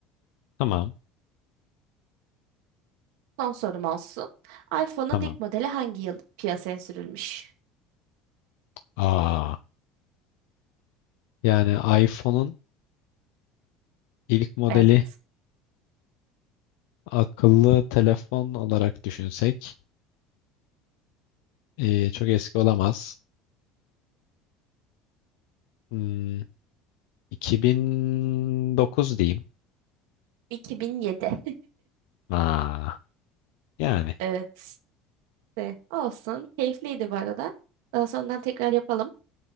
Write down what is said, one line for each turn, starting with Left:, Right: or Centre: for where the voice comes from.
Left: Tamam.
Right: Son sorum olsun. iPhone'un
Left: Tamam.
Right: ilk modeli hangi yıl piyasaya sürülmüş?
Left: Aa. Yani iPhone'un ilk modeli
Right: Evet.
Left: akıllı telefon olarak düşünsek e, çok eski olamaz. Hmm, 2009 diyeyim.
Right: 2007. <laughs>
Left: Aa, yani
Right: Evet. De, olsun. Keyifliydi bu arada. Daha sonradan tekrar yapalım.